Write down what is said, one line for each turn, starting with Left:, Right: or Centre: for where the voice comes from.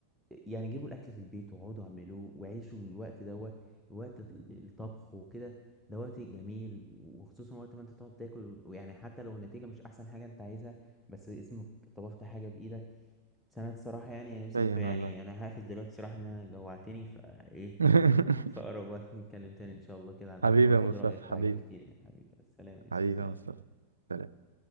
Centre: يعني جيبوا الاكل في البيت واقعدوا اعملوه وعيشوا الوقت دوت وقت ال- الطبخ وكده ده وقت جميل وخصوصا وقت ما انت تقعد تاكل ويعني حتى لو النتيجه مش احسن حاجه انت عايزها بس اسمك طبخت حاجه بايدك بس انا الصراحه يعني يا يوسف
Right: باين
Centre: يعني
Right: والله
Centre: انا هقفل دلوقتي صراحه ان انا جوعتني فايه
Right: <laughs>
Centre: فأقرب وقت نتكلم تاني إن شاء الله كده على الأكل
Right: حبيبي
Centre: وآخد
Right: يا مصطفى
Centre: رأيك في
Right: حبيبي
Centre: حاجات كتير يا حبيبي السلام يا يوسف
Right: حبيبي
Centre: سلام
Right: يا مصطفى سلام.